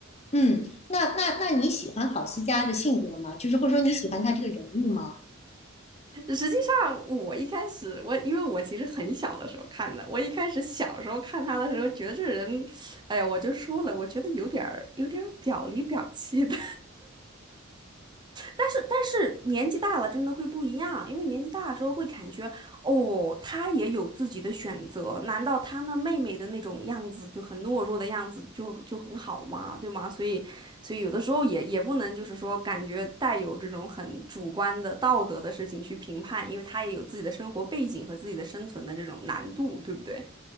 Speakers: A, on the left; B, on the right.
A: 嗯，那那那你喜欢郝思嘉的性格吗？就是或者说你喜欢他这个人物吗？
B: 实际上，我一开始我因为我其实很小的时候看的，我一开始小时候看他的时候，觉得这人，哎呀，我就说了，我觉得有点儿有点儿表里表气的。但是但是年纪大了真的会不一样，因为年纪大了之后会感觉，哦，他也有自己的选择，难道他那妹妹的那种样子就很懦弱的样子就就很好吗？对吗？所以所以有的时候也也不能就是说感觉带有这种很主观的道德的事情去评判，因为他也有自己的生活背景和自己的生存的这种难度，对不对？